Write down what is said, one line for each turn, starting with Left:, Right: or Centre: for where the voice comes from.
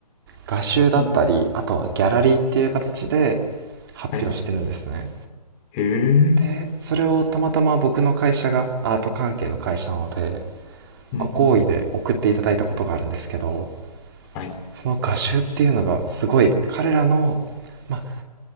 Right: 画集だったりあとはギャラリーっていう形で
Left: うん。
Right: 発表してるんですね。
Left: はい。へえ。
Right: でそれをたまたま僕の会社がアート関係の会社なので
Left: うん。
Right: ご好意で送っていただいたことがあるんですけど
Left: はい。
Right: その画集っていうのがすごい彼らの、まあ、